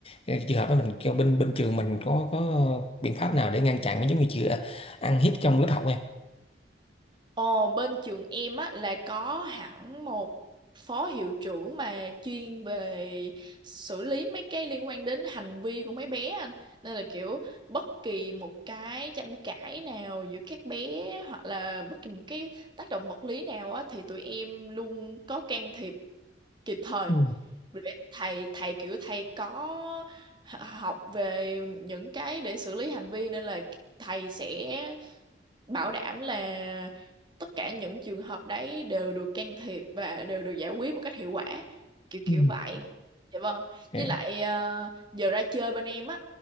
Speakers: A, on the left; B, on the right.
A: ờ, trường hợp đó mình kêu bên bên trường mình có có biện pháp nào để ngăn chặn giống như chưa ăn hiếp trong lớp học em
B: Ồ, bên trường em á là có hẳn một phó hiệu trưởng mà chuyên về xử lý mấy cái liên quan đến hành vi của mấy bé anh. Nên là kiểu bất kỳ một cái tranh cãi nào giữa các bé hoặc là bất kỳ một cái tác động vật lý nào á thì tụi em luôn có can thiệp kịp thời.
A: Ừ.
B: Để thầy thầy kiểu thầy có h- học về những cái để xử lý hành vi nên là thầy sẽ bảo đảm là tất cả những trường hợp đấy đều được can thiệp và đều được giải quyết một cách hiệu quả kiểu kiểu
A: Ừ.
B: vậy dạ vâng
A: Để-
B: với lại ờ, giờ ra chơi bên em á